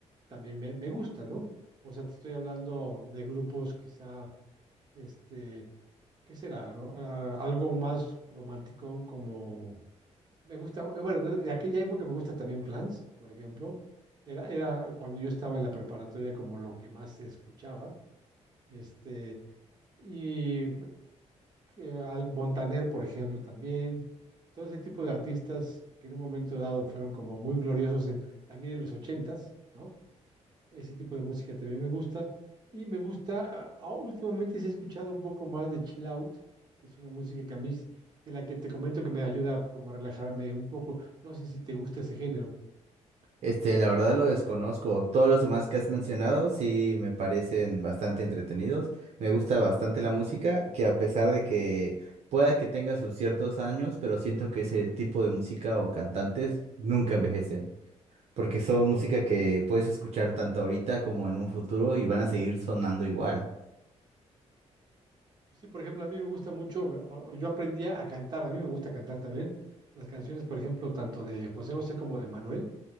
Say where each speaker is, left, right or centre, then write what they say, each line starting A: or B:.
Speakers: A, on the right; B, on the right.
A: también me, me gusta, ¿no? O sea, te estoy hablando de grupos quizá, este, ¿qué será, no? A- algo más romántico como... Me gusta, bueno, de de aquella época me gusta también Flans, por ejemplo. Era, era cuando yo estaba en la preparatoria como lo que más se escuchaba este, y eh, al Montaner, por ejemplo, también, todo ese tipo de artistas que en un momento dado fueron como muy gloriosos en- también en los ochentas, ¿no? Ese tipo de música también me gusta, y me gusta, ah, oh, últimamente sí he escuchado un poco más de Chill Out, que es una música que a mí, es- de la que te comento que me ayuda como a relajarme un poco, no sé si te gusta ese género.
B: Este, la verdad lo desconozco. Todos los demás que has mencionado sí me parecen bastante entretenidos. Me gusta bastante la música, que a pesar de que pueda que tenga sus ciertos años, pero siento que ese tipo de música o cantantes nunca envejecen, porque son música que puedes escuchar tanto ahorita como en un futuro y van a seguir sonando igual.
A: Sí, por ejemplo, a mí me gusta mucho, o- o yo aprendí a cantar, a mí me gusta cantar también, las canciones, por ejemplo, tanto de José José como de Manuel,